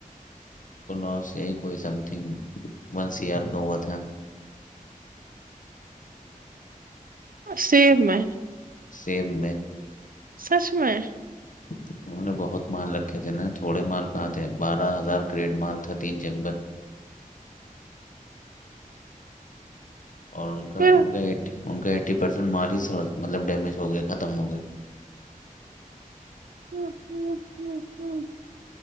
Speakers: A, on the left; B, on the right.
A: لوس یای کوئی سم تھنگ ون سئر کا ہوا تھا
B: سیب میں
A: سیم میں
B: سچ میں
A: اچھ تو <unintelligible> نے بہت مال رکھے تھے نا تھوڑے مال کہاں تھے بارہ ہزار کریڈٹ مال تھا تین چیمبر اور ان کا
B: پھر
A: ان کا ان کا ایٹی پرسینٹ مال ہی سڑ مطلب ڈیمیج ہو گیا ختم ہو گئے
B: ہ ہ ہ ہ <unintelligible>